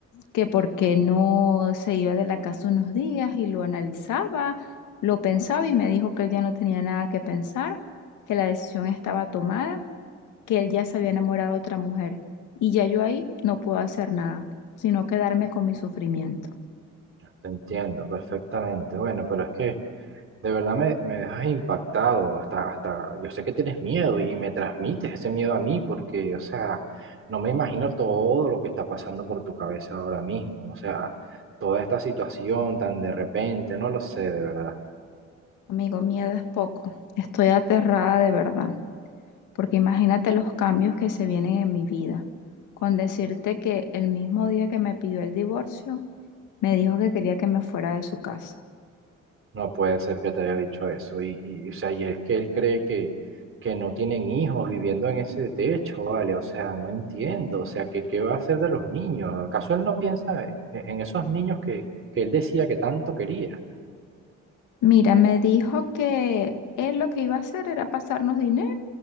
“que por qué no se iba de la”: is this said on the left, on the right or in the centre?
Left